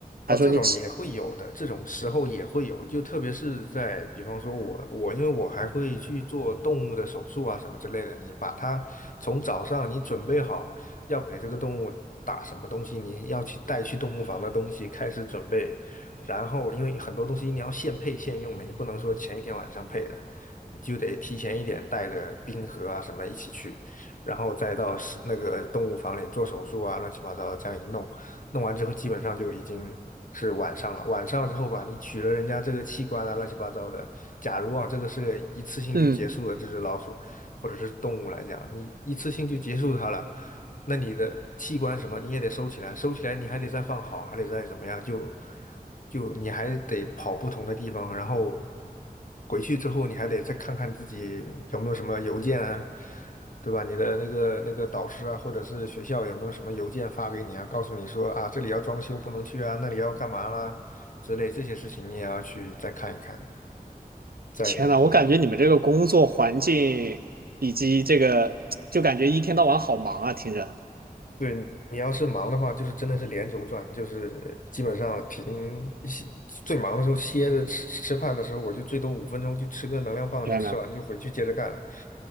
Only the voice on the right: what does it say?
还说你起
嗯，
天呐，我感觉你们这个工作环境以及这个，就感觉一天到晚好忙啊，听着，
天呐。